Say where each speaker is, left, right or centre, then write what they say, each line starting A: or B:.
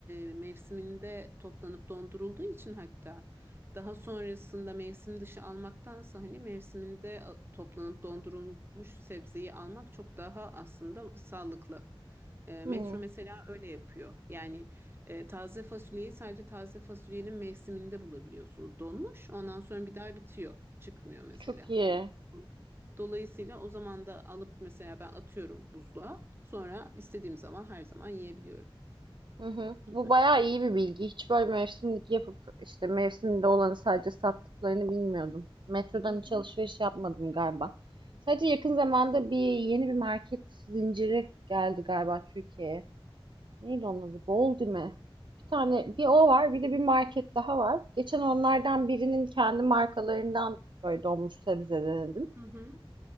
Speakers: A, on the right; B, on the right.
A: e, mevsiminde toplanıp dondurulduğu için hatta daha sonrasında mevsim dışı almaktansa hani mevsiminde a- toplanıp dondurulmuş sebzeyi almak çok daha aslında sağlıklı. E,
B: Hmm,
A: Metro mesela öyle yapıyor. Yani e, taze fasulyeyi sadece taze fasulyenin mevsiminde bulabiliyorsunuz. Donmuş, ondan sonra bir daha bitiyor. Çıkmıyor mesela.
B: çok iyi.
A: Hani dolayısıyla o zaman da alıp mesela ben atıyorum buzluğa. Sonra istediğim zaman her zaman yiyebiliyorum
B: Hı hı. Bu
A: gibi.
B: bayağı iyi bir bilgi. Hiç böyle mevsimlik yapıp işte mevsimde olanı sadece sattıklarını bilmiyordum. Metrodan
A: Hı hı.
B: hiç alışveriş yapmadım galiba. Sadece yakın zamanda bir yeni bir market zinciri geldi galiba Türkiye'ye. Neydi onun adı? Boldime. Bir tane bir o var, bir de bir market daha var. Geçen onlardan birinin kendi markalarından böyle donmuş sebze denedim.
A: Hı hı.